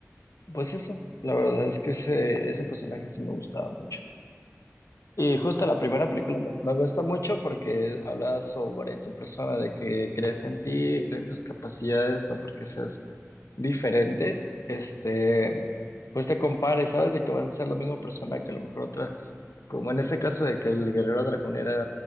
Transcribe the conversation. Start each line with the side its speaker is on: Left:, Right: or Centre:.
Left: pues eso, la verdad es que ese, ese personaje sí me gustaba mucho. Y justo la primera
Right: Sí,
Left: película
Right: me gusta.
Left: me, me gusta mucho porque habla sobre tu persona, de que crees en ti, crees en tus capacidades, no porque seas diferente, este, pues te compares, sabes de que vas a ser la misma persona que a lo mejor otra como en ese caso de que el guerrero dragón era